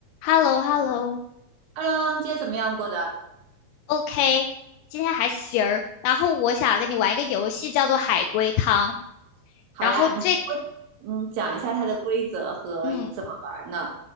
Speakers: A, on the left (about 85°); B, on the right (about 70°).
A: h e l l o h e l l o
B: Hello，今天怎么样过的？
A: o k 今天还行儿。然后我想跟你玩一个游戏，叫做海龟汤。
B: 好呀，
A: 然后这，
B: 你先给我嗯讲一下它的规则和怎么玩儿呢？
A: 嗯，